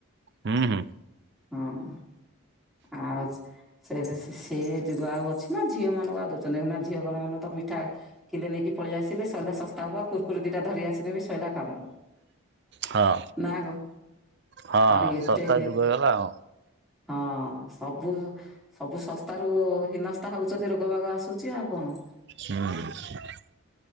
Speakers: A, on the right; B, in the centre.
A: ହୁଁ ହୁଁ।।
B: ହଁ <unintelligible> ସେ ସେ ଯୁଗ ଆଉ ଅଛି ମା ଝିଅ ମାନଙ୍କୁ ଆଉ ଦଉଛନ୍ତି ନା ଝିଅ ଘର ମାନଙ୍କୁ ତ ମିଠା କିଲେ ନେଇକି ପଳେଇ ଆସିଲେ ସଇଲା ଶସ୍ତା ହବ ଆଉ କୁରକୁରିଟା ଧରି ଆସିଲେ ବି ସଇଲା କାମ।
A: ହଁ।।
B: ନା କଣ
A: ହଁ
B: ଆଉ ଏତେ?
A: ଶସ୍ତା ଯୁଗ ହେଇଗଲା ଆଉ।
B: ହଁ ସବୁ ମୁଁ ସବୁ ଶସ୍ତାରୁ ହୀନସ୍ତା ହଉଛନ୍ତି ରୋଗ ବାଗ ଆସୁଛି ଆଉ କଣ?
A: <unintelligible>